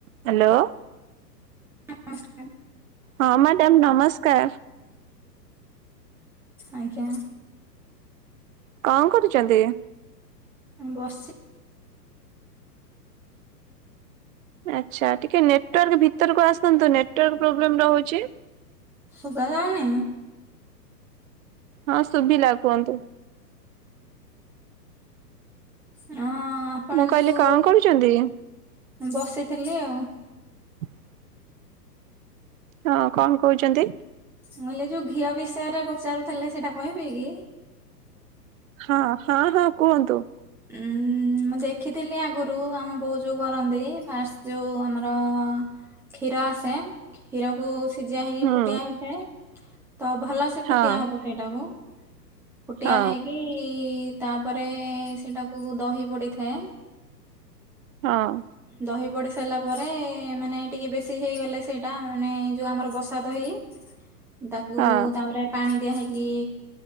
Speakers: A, on the right (about 55°); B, in the centre.
A: Hello
B: <unintelligible>
A: ହଁ madam ନମସ୍କାର।
B: ଆଜ୍ଞା
A: କଣ କରୁଛନ୍ତି?
B: ବସି।
A: ଆଚ୍ଛା ଟିକେ ନେଟୱାର୍କ ଭିତରକୁ ଆସନ୍ତୁ ନେଟୱାର୍କ ପ୍ରୋବ୍ଲେମ୍ ରହୁଛି।
B: ଶୁଭା ଯାଉନି
A: ହଁ ଶୁଭିଲା କୁହନ୍ତୁ।
B: ହଁ ଆପଣ
A: ମୁଁ କହିଲି
B: ଯୋଉ
A: କଣ କରୁଛନ୍ତି?
B: ବସିଥିଲି ଆଉ
A: <inaudible> ହଁ କଣ କହୁଛନ୍ତି
B: କହିଲେ ଯୋଉ ଘିଅ ବିଷୟରେ ପଚାରୁଥିଲେ ସେଇଟା କହିବେ କି?
A: ହଁ ହଁ ହଁ କୁହନ୍ତୁ।
B: ଉଁ ମୁଁ ଦେଖିଥିଲି ଆଗରୁ ଆମ ବୋଉ ଯୋଉ କରନ୍ତି ଫାଷ୍ଟ ଯୋଉ ଆମର କ୍ଷୀର ଆସେ କ୍ଷୀରକୁ ସିଝା ହେଇକି
A: ହୁଁ
B: ଫୁଟିଆ ହେଇଥାଏ ତ ଭଲ ସେ
A: ହଁ।
B: ଫୁଟିଆ ହବ ସେଇଟାକୁ ଫୁଟିଆ
A: ହଁ
B: ହେଇକି ତାପରେ ସେଇଟାକୁ ଦହି ପଡ଼ିଥାଏ।
A: ହଁ
B: ଦହି ପଡ଼ି ସାରିଲା ପରେ ମାନେ ଟିକିଏ ବେଶୀ ହୋଇଗଲେ ସେଇଟା ମାନେ ଯେଉଁ ଆମର ବସା ଦହି <inaudible> ତାକୁ
A: ହଁ
B: ତାପରେ ପାଣି ଦିଆ ହେଇକି